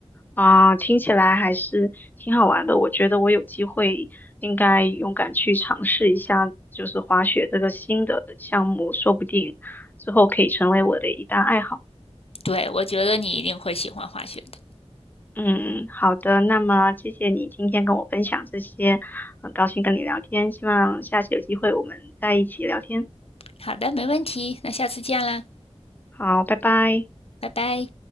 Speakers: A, on the left; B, on the left.
A: 啊，听起来还是挺好玩的。我觉得我有机会应该勇敢去尝试一下，就是滑雪这个新的项目，说不定之后可以成为我的一大爱好。
B: 对，我觉得你一定会喜欢滑雪的。
A: 嗯，好的，那么谢谢你今天跟我分享这些，很高兴跟你聊天，希望下次有机会我们再一起聊天。
B: 好的，没问题，那下次见啦，
A: 好，拜拜。
B: 拜拜。